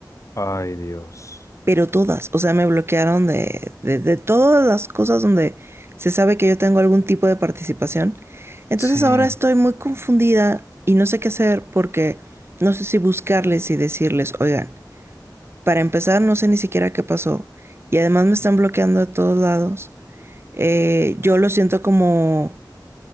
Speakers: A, on the left (about 45°); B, on the right (about 35°).
A: Ay, Dios.
B: Pero todas, o sea, me bloquearon de, de, de todas las cosas donde se sabe que yo tengo algún tipo de participación. Entonces
A: Sí.
B: ahora estoy muy confundida y no sé qué hacer porque no sé si buscarles y decirles, oigan, Para empezar, no sé ni siquiera qué pasó. Y además me están bloqueando de todos lados. Eh, yo lo siento como,